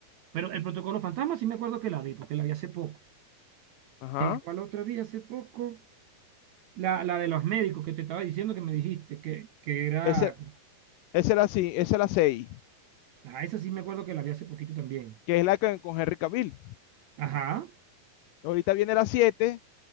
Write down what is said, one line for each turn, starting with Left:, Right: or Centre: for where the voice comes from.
Right: Pero el Protocolo Fantasma sí me acuerdo que la vi, porque la vi hace poco.
Left: Ajá.
Right: Eh, ¿cuál otra vi hace poco? La, la de los médicos que te estaba diciendo que me dijiste, que, que era...
Left: Esa, esa es la seis
Right: Ajá, esa sí me acuerdo que la vi hace poquito también.
Left: que es la que, con Henry Cavill.
Right: Ajá.
Left: Ahorita viene la siete